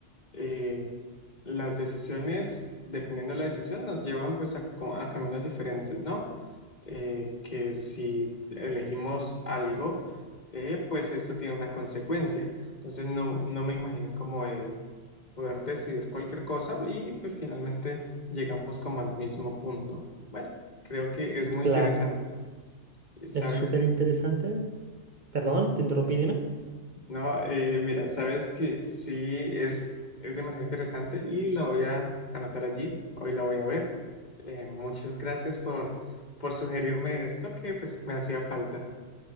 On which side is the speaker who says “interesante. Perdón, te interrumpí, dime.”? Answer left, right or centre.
Right